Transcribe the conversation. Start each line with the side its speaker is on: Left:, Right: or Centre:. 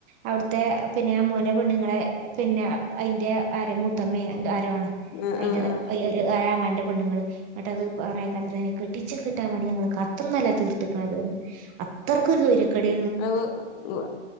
Right: അവിടുത്തെ പിന്നെ മോനെ പെണ്ണുങ്ങളെ പിന്നെ അയിന്റെ ആരെ മൂത്തമ്മേ എന്ത്‌ ആരാണ്
Left: ആഹ്
Right: അയിന്റെ
Left: ആഹ്
Right: <unintelligible> പെണ്ണുങ്ങള് അന്നിട്ട് അത് <unintelligible> കെട്ടിച്ച കെട്ടാൻ വേണ്ടി ഞങ്ങൾ കത്തൊന്നുംല്ല തീർത്തക്കണത് അത്രക്കൊരു സ്വയ്രിക്കേട്
Left: അവ് വ